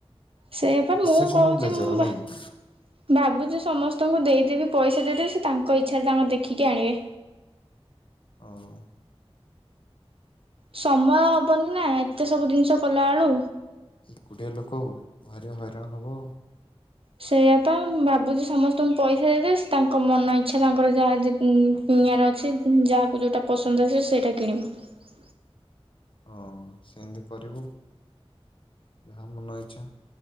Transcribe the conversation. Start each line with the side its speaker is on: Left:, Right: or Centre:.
Right: ସେଇଆପା ମୁଁ
Left: ସେ ସବୁ
Right: କହୁଛି
Left: ବ୍ଲେଜର
Right: ମୁଁ ଭା-ଭାବୁଛି
Left: ନାଇଁ କି?
Right: ସମସ୍ତଙ୍କୁ ଦେଇ ଦେବି ପଇସା ଦେଇଦେବି ସେ ତାଙ୍କ ଇଚ୍ଛାରେ ତାଙ୍କର ଦେଖିକି ଆଣିବେ।
Left: ହଁ
Right: ସମୟ ହବନି ନା ଏତେ ସବୁ ଜିନିଷ କଲାବେଳୁ
Left: ଏକୁଟିଆ ଲୋକ ଭାରି ହଇରାଣ ହବ ଆଉ
Right: ସେଇୟା ତ ମୁଁ ଭାବୁଛି ସମସ୍ତଙ୍କୁ ପଇସା ଦେଇଦେବି ତାଙ୍କ ମନ ଇଚ୍ଛା ତାଙ୍କର ଯାହା କି -କିଣିଆର ଅଛି ଯାହାକୁ ଯୋଉଟା ପସନ୍ଦ ଅଛି ସେଇଟା କିଣିବ।
Left: ହଁ ସେମିତି କରିବୁ ଯାହା ମନ ଇଚ୍ଛା